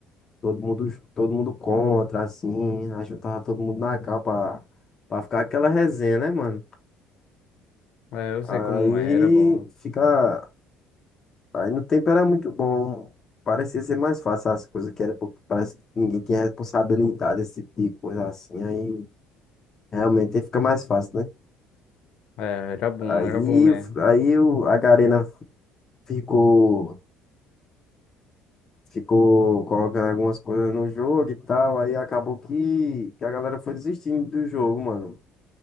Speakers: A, on the left; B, on the left.
A: todo mundo, todo mundo contra, assim, aí juntava todo mundo na capa para ficar aquela resenha, né, mano?
B: É, eu sei
A: Aí
B: como é, era bom.
A: fica. Aí no tempo era muito bom. Parecia ser mais fácil as coisas, que era porque parece que ninguém tinha responsabilidade, esse tipo de coisa assim. Aí realmente fica mais fácil, né?
B: É, era bom,
A: Aí,
B: era bom mesmo.
A: aí o- a Garena ficou, ficou colocando algumas coisas no jogo e tal. Aí acabou que, que a galera foi desistindo do jogo, mano.